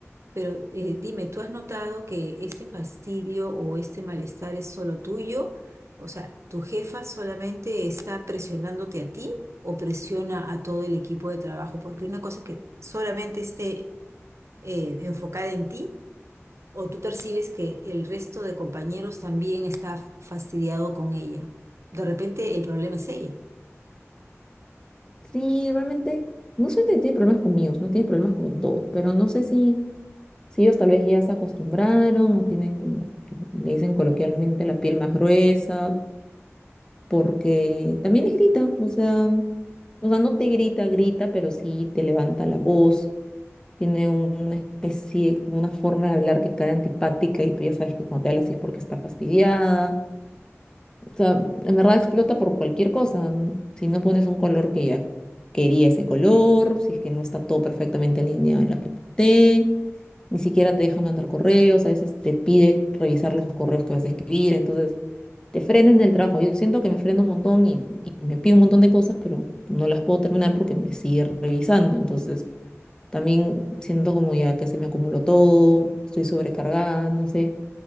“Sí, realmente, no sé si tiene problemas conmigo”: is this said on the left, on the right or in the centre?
Left